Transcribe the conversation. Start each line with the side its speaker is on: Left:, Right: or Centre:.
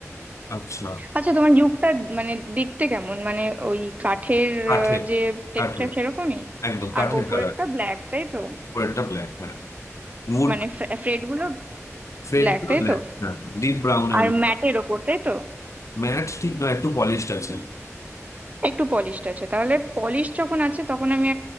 Left: আচ্ছা
Right: আচ্ছা তোমার ইউকটা মানে দেখতে কেমন মানে ওই কাঠের
Left: কাঠের
Right: আহ, যে টেক্সচার
Left: কাঠের
Right: সেরকমই
Left: একদম
Right: আর
Left: কাঠের
Right: ওপরেরটা
Left: কালার
Right: ব্ল্যাক তাই তো
Left: উপরেরটা ব্ল্যাক হ্যাঁ উড
Right: মানে ফ্রেড গুলো
Left: ফ্রেড
Right: ব্ল্যাক
Left: গুলো
Right: তাই তো
Left: হ্যাঁ ডিপ ব্রাউন এর
Right: আর
Left: মতো
Right: ম্যাটের ওপর তাই তো
Left: ম্যাট ঠিক নয় একটু পলিশড আছে
Right: একটু পলিশড আছে তাহলে পলিশ যখন আছে তখন আমি